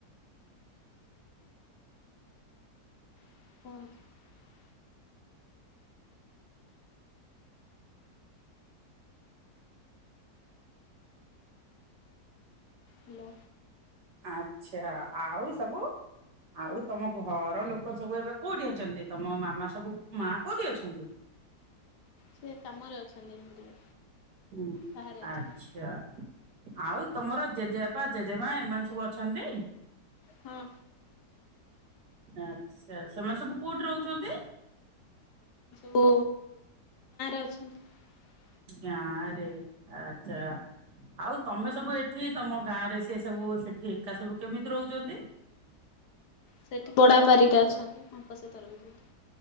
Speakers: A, on the left (about 70°); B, on the right (about 70°).
A: <unintelligible> ହାଲୋ।
B: ଆଚ୍ଛା ଆଉ ସବୁ ଆଉ ତମ ଘର ଲୋକ ସବୁ ଏବେ କୋଉଠି ଅଛନ୍ତି ତମ ମାମା ସବୁ ମା କୋଉଠି ଅଛନ୍ତି?
A: ସେ କାମରେ ଅଛନ୍ତି <unintelligible> ଟିକେ।
B: ହୁଁ
A: ବାହାରେ ଅଛନ୍ତି।
B: ଆଚ୍ଛା ଆଉ ତମର ଜେଜେବାପା ଜେଜେମା ଏମାନେ ସବୁ ଅଛନ୍ତି?
A: ହଁ
B: ଆ ସ ସେମାନେ ସବୁ କୋଉଠି ରହୁଛନ୍ତି?
A: ସବୁ। <inaudible>
B: ନାରେ ଆଛା। ଆଉ ତମେ ସବୁ ଏଠି ତମ ଗାଁ ରେ ସି ସବୁ ସେଠି ଏକା ସବୁ କେମିତି ରହୁଛନ୍ତି? <inaudible>
A: ସେଠି ବଡାପାରିକେ ଅଛନ୍ତି ତାଙ୍କସହିତ ରହିଛନ୍ତି।